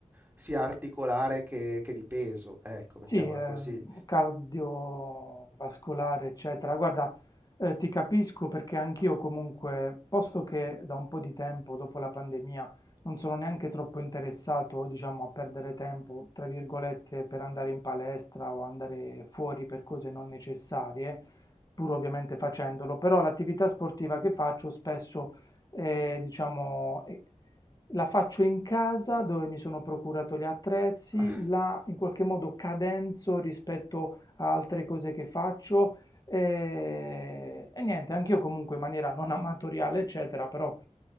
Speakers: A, on the right; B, on the left.
A: sia articolare che, che di peso, ecco, mettiamola
B: Sì, ehm,
A: così.
B: cardiovascolare, eccetera. Guarda, eh, ti capisco perché anch'io comunque, posto che da un po' di tempo, dopo la pandemia, non sono neanche troppo interessato, diciamo, a perdere tempo, tra virgolette, per andare in palestra o andare fuori per cose non necessarie, pur ovviamente facendolo, però l'attività sportiva che faccio spesso, eh, diciamo, è la faccio in casa dove mi sono procurato gli attrezzi,
A: Ah,
B: la in qualche modo cadenzo rispetto a altre cose che faccio e, e niente, anch'io comunque in maniera non amatoriale, eccetera, però